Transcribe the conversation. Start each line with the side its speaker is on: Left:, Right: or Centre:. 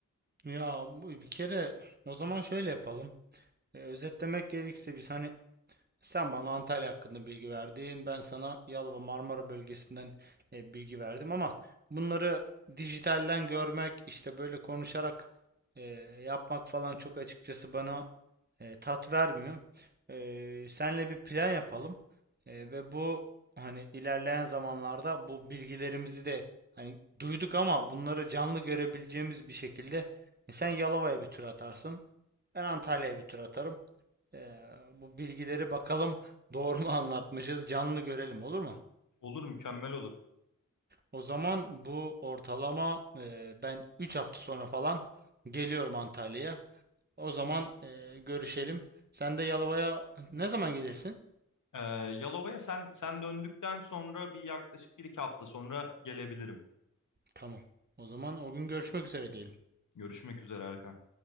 Right: Ya bu bir kere o zaman şöyle yapalım. E, özetlemek gerekirse biz hani sen bana Antalya hakkında bilgi verdin. Ben sana Yalova Marmara bölgesinden e, bilgi verdim ama bunları dijitalden görmek işte böyle konuşarak e, yapmak falan çok açıkçası bana e, tat vermiyor. Eee senle bir plan yapalım Eee, ve bu hani ilerleyen zamanlarda bu bilgilerimizi de hani duyduk ama bunları canlı görebileceğimiz bir şekilde e, sen Yalova'ya bir tur atarsın, ben Antalya'ya bir tur atarım. Eee, bu bilgileri bakalım <laughs> doğru mu anlatmışız, canlı görelim olur mu?
Left: Olur mükemmel olur.
Right: O zaman bu ortalama eee, ben 3 hafta sonra falan geliyorum Antalya'ya. O zaman eee, görüşelim. Sen de Yalova'ya ne zaman gelirsin?
Left: Ee, Yalova'ya sen sen döndükten sonra bir yaklaşık bir iki hafta sonra gelebilirim.
Right: Tamam. O zaman o gün görüşmek üzere diyelim.
Left: Görüşmek üzere Erkan.